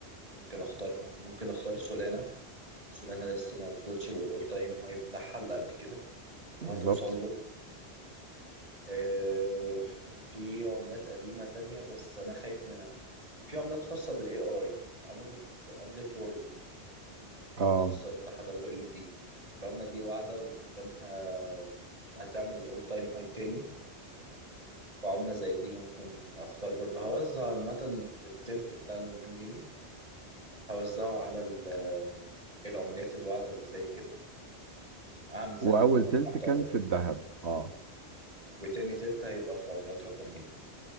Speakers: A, on the right; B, on the right.
A: ممكن اختارها ممكن اختار سولانا سولانا لسه ما وصلتش للاول تايم هاي بتاعها اللي قبل كده وهتوصل
B: بالظبط
A: له آه، في عملات قديمه تانية بس انا خايف منها في عملات خاصه بالاي اي عمله عمله وورلد الاختصار
B: اه
A: بتاعها دبليو ال دي العمله دي واعده وقدامها انها تعمل الاول تايم هاي تاني في عملة زي دي ممكن اختار برضه هوزع عامة التلت بتاع المليون جنيه هوزعه على ال- العملات الواعدة اللي زي كده اعمل سلة
B: واول
A: عملات
B: تلت
A: محترمة
B: كان في الذهب اه
A: وتاني تلت هيبقى في عملات رقمية